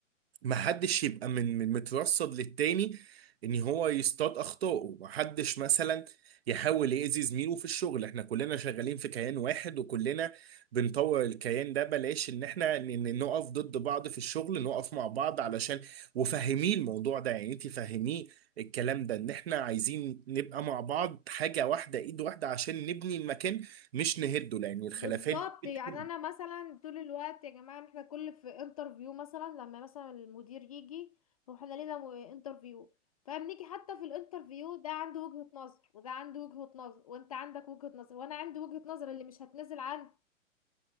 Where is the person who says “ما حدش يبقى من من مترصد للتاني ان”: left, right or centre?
Right